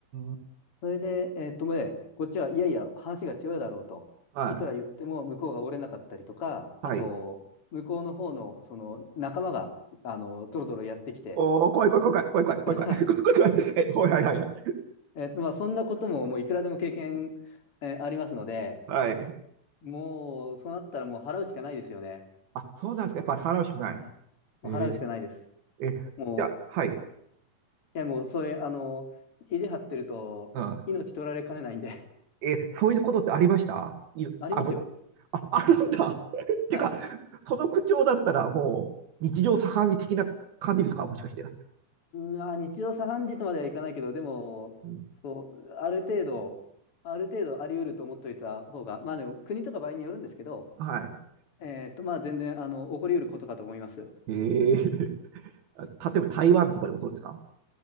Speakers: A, on the right; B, on the left.
A: ん。
B: それで、えっと、ね、こっちはいやいや、話が違うだろうと。
A: はい、
B: いくら言っても向こうが折れなかったりとか、
A: はい。
B: あと、向こうの方の、その仲間が、あの、ドロドロやってきて
A: おー、怖い、怖い、怖い、怖い、怖い、怖い、
B: <laughs>
A: 怖い、怖い、怖い、怖いえ、はい、はい、はい、はい。
B: えっと、まあ、そんなことも、もういくらでも経験、えーありますので、
A: はい
B: もう、そうなったらもう払うしかないですよね。
A: あ、そうなんですか。やっぱり払うしかない。
B: はい。もう払うしかないです。
A: えー、え、
B: も
A: じゃあ、はい、
B: う、いや、もう、それ、あの、意地張ってると、
A: うん。
B: 命取られかねないんで、
A: え、そういうことってありましたい、
B: <laughs> ありますよ。
A: あ、ぶ、あ、あるんだ。<laughs> っ
B: はい。
A: ていうか、その口調だったら、もう、日常茶飯事的な感じですかもしかして。
B: まあ、日常茶飯事とまではいかないけど、でも、
A: うん
B: そう、ある程度、ある程度あり得ると思っておいた方が、まあ、でも、国とか場合によるんですけど、
A: はい。
B: えっと、まあ、全然、あの、起こり得ることかと思います。
A: えー、<laughs> 例えば台湾とかでもそうですか